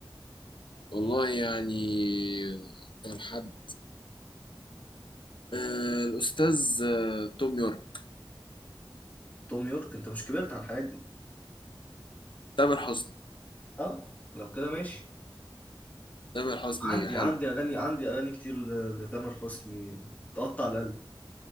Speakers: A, on the left (about 70°); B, on the left (about 20°).
A: والله يعني اكتر حد آه، الاستاذ آه، توم يورك
B: توم يورك انت مش كبرت على الحاجات دي
A: تامر حسني
B: اه لو كده ماشي
A: تامر حسني
B: عندي
A: حلو
B: عندي اغاني عندي اغاني كتير ل- لتامر حسني تقطع القلب